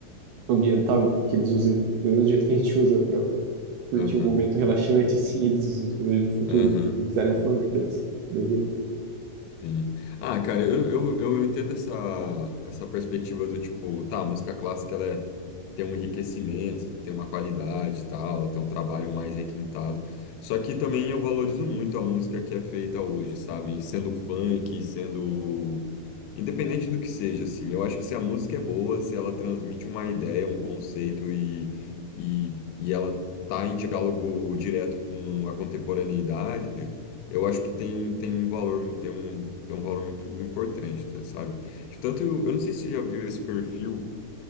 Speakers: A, on the right (about 80°); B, on the left (about 90°).
A: ambiental que eles usem do mesmo jeito que a gente usa para curtir
B: Aham.
A: um momento relaxante, assim, eles no futuro
B: Aham.
A: utilizarem o funk pra isso. Doideira.
B: Sim. Ah, cara, eu, eu, eu entendo essa, essa perspectiva do tipo, tá, a música clássica ela é- tem um enriquecimento, tem uma qualidade e tal, ela tem um trabalho mais requintado. Só que também eu valorizo muito a música que é feita hoje, sabe? Sendo funk, sendo. Independente do que seja, assim. Eu acho que se a música é boa, se ela transmite uma ideia, um conceito e, e, e ela tá em diálogo direto com a contemporaneidade eu acho que tem, um- tem um valor, mu- tem um, tem um valor muito importante, tá, sabe? Tanto, eu não sei se você já viu esse perfil,